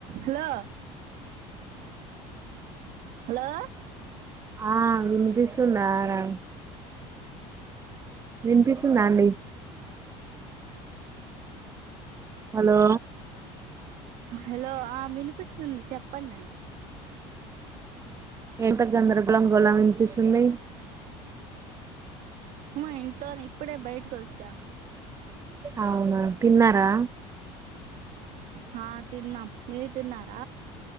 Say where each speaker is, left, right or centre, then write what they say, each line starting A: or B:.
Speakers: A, on the right; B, on the right.
A: Hello hello
B: ఆ వినిపిస్సుందా రా వినిపిస్సుందా అండి హలో
A: హలో ఆ వినిపిస్తుంది చెప్పండి అండి
B: ఎంత గందరగోళం గొళం వినిపిస్తుంది
A: మా ఇంట్లోనే ఇప్పుడే బయటకు వచ్చా
B: అవునా తిన్నారా
A: హా తిన్నాం మీరు తినార